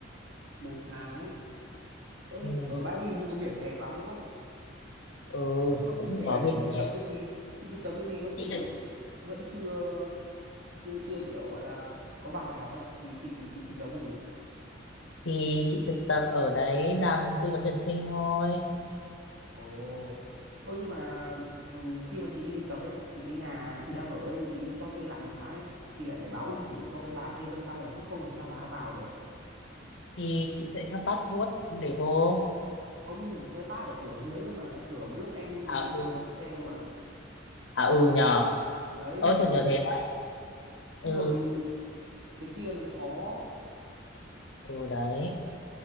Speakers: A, on the right; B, on the left.
A: Một tháng. Ơi
B: ừ,
A: ở Bali như có biển đẹp lắm đúng không?
B: ừ
A: Ơ, nhưng mà cụ
B: cũng
A: thể
B: có
A: là
B: biển
A: chị thực
B: đẹp
A: tập cái gì? Chị thực tập cái gì trong khi
B: chị
A: kiểu
B: thực
A: chị vẫn chưa chưa chưa kiểu gọi là có bằng đại học ấy thì chị định thực tập cái gì?
B: thì chị thực tập ở đấy làm tư vấn tuyển sinh thôi
A: Ồ. Ơ nhưng mà ừm, khi mà chị đi thực tập ấy thì cái nhà chị
B: Ừ,
A: đang ở ấy thì chị cho thuê lại một tháng ấy thì lại phải báo ông chủ cho cái bà kia vân tay à chứ không làm sao bà ấy vào được.
B: thì chị sẽ cho passport để vô
A: Ông cái pad ở cửa dưới cơ mà cái cửa mà lúc em
B: à
A: đến em
B: ừ
A: phải lấy xe cơ mà.
B: à ừ nhờ
A: Đấy
B: ơ
A: cái
B: chợt nhớ thế đấy ừ
A: chứ còn cái kia nó mới khó
B: ừ đấy